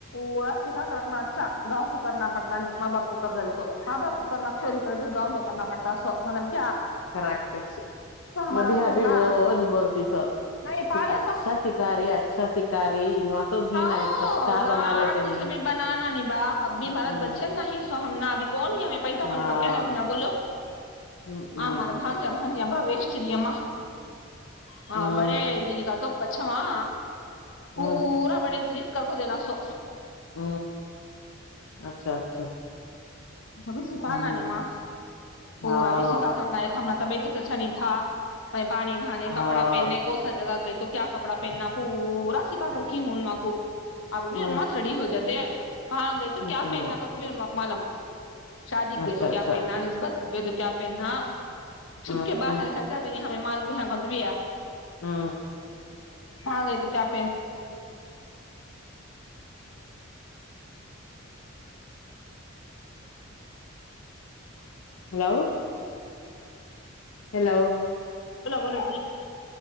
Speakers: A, on the left; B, on the left.
A: ولا سھا کر رکھنا اچھا گاؤ کو کرنا پڑتا نہیں ماں باپ کو کرض دی تو ماں باپ کو کرنا چریتر گاؤں میں کرنا پڑتا سو مطب <unintelligible>
B: کریکٹچ
A: ہمارا
B: مد
A: واسطے
B: ابھی
A: اتنا
B: بوج بولتی سو
A: نہیں پالے
B: اچھا سکھا رہی اچھا سکھا رہی انوا سب ہی
A: ہاں
B: نا ایک کپ چاہ
A: گڑ
B: بنا لیتے
A: ج
B: نہیں
A: س بھی بنانا نہیں با کب بھی
B: ہ
A: مارت بچے نہیں ہمنا ابھی کو نہیں ہمیں پیدا
B: ہاں
A: ہونے کا کیا ہے ہم نہ بولو
B: ہ
A: ہاں ہمارا بان ج ہاں جی باویشتری اما ہاں
B: ہ
A: بڑے دیدی کااتات پچاماں پورورا
B: ہ
A: پڑے جت کررک د نا سو
B: ہ اچھا اچھا
A: اب بھی سکھا
B: ہ
A: نہیں ماں پورا
B: ہاں
A: بھی سکھا کرنا ہے ک ہم سبت سچا نہیں تھا وہ پانی نہھانے
B: ہاں
A: کپڑا پہننے کون سا جگہ گئے تو کیا کپڑا پہننا پورا سکا کر کے ہون وگو اب اب بھی
B: ہ
A: انواس ریڈی ہو جاتے ہیں کہاں گئے تو
B: ہ
A: کیا
B: ہ
A: پہننا کر کوب انا مالا شادیق
B: اچھا
A: گئے تو
B: اچھا
A: کیا پ نان نسبت گئے تو کیا ا پینا چھپ
B: ہ
A: کے باہر جاتے نہیں ہمیں مال پ کند بھی ہے
B: ہاں
A: ہاں گئی تو کیا پہن
B: ہیلو ہیلو
A: بلاامو ند